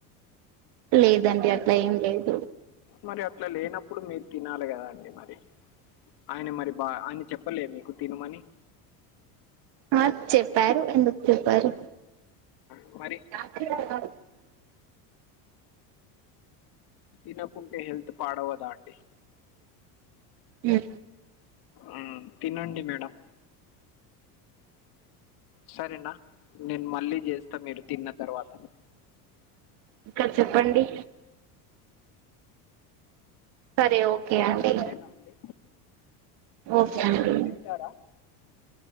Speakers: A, on the right; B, on the left.
A: లేదండి అట్లా ఏం లేదు
B: మరి అట్లా లేనప్పుడు మీరు తినాలి కదా అండి మరి ఆయన మరి బా ఆయన చెప్పలే మీకు తినమని
A: ఆ చెప్పారు ఎందుకు చెప్పరు
B: ఆ మరి
A: <inaudible>
B: తినకుంటే హెల్త్ పాడవదా అండి
A: మ్
B: ఆ తినండి మేడం సరేనా నేను మళ్ళీ చేస్తా మీరు తిన్న తర్వాత
A: ఇంకా చెప్పండి సరే ఓకే అండి
B: సరేనా అండి
A: ఓకే అడి
B: తింటారా